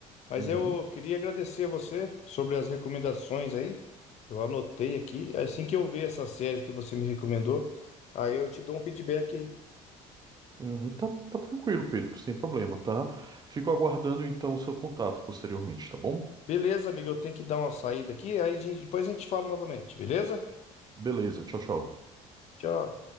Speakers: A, on the left (about 40°); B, on the right (about 25°).
A: Mas
B: uhum.
A: eu queria agradecer você sobre as recomendações aí. Eu anotei aqui. Assim que eu ver essas séries que você me recomendou, aí eu te dou um feedback aí.
B: Uhum, tá, tá tranquilo, Pedro, sem problema, tá? Fico aguardando então o seu contato posteriormente, tá bom?
A: Beleza, amigo? Eu tenho que dar uma saída aqui. Aí a gente- depois a gente fala novamente, beleza?
B: Beleza, tchau, tchau.
A: Tchau.